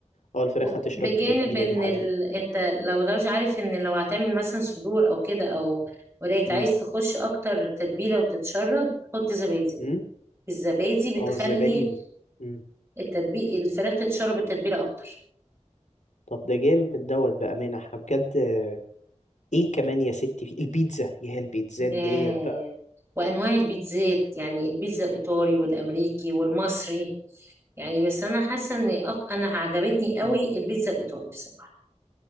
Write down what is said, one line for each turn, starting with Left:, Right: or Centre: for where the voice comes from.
Left: اه الفراخ
Right: و-
Left: هتشرب
Right: بجانب
Left: التتبيلة
Right: ان
Left: دي حقيقة
Right: ال... انت لو ده مش عارف ان لو هتعمل مثلا صدور او كده او ولكن
Left: مم.
Right: عايز تخش اكتر تتبيله وتتشرب حط زبادي
Left: مم.
Right: الزبادي
Left: اه
Right: بتخلي
Left: الزبادي بت... مم.
Right: التتبيل الفراخ تتشرب التتبيله اكتر
Left: طب ده جامد دوت بأمانة احنا بجد آه، ايه كمان يا ستي في البيتزا يا البيتزات ديت
Right: آه،
Left: بقى
Right: وأنواع البيتزات يعني البيتزا الإيطالي والأمريكي والمصري يعني بس أنا حاسة إن أك... أنا عجبتني قوي
Left: مم.
Right: البيتزا الإيطالي بصراحة